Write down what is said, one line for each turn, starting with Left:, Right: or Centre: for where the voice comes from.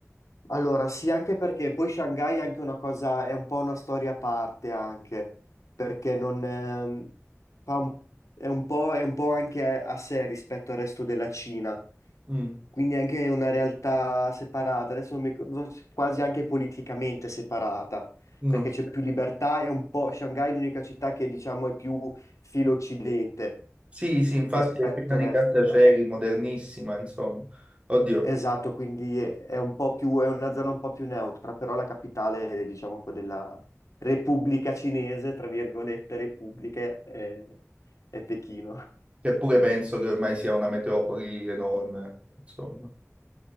Left: Allora, sì, anche perché poi Shanghai è anche una cosa, è un po' una storia a parte anche, perché non, ehm, fa un- è un po', è un po' anche a a sé rispetto al resto della Cina,
Right: Mm,
Left: quindi è anche una realtà separata, adesso non mi ricordo, quasi anche politicamente separata,
Right: no.
Left: perché c'è più libertà, è un po', Shanghai è l'unica città che diciamo è più filo occidente
Right: Sì, sì, infatti
Left: rispetto
Right: è piena di
Left: al resto.
Right: grattacieli,
Left: eh.
Right: modernissima, insomma. Oddio,
Left: Esatto, quindi è un po' più, è una zona un po' più neutra, però la capitale, eh, diciamo, un po' della Repubblica Cinese, tra virgolette, Repubblica, eh, è, Pechino.
Right: che pure penso che ormai sia una metropoli enorme, insomma.